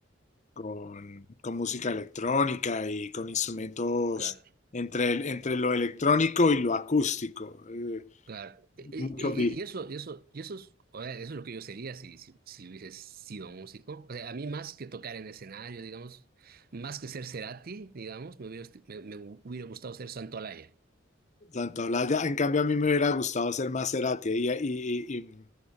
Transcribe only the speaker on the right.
claro.
Claro. Y,
y-
y- y eso, y eso, y eso es, o sea, eso es lo que yo sería si, si, si hubiese sido músico. O sea, a mí más que tocar en escenario, digamos, más que ser Cerati, digamos, me hubiera, gust- me, me hubiera gustado ser Santolaya.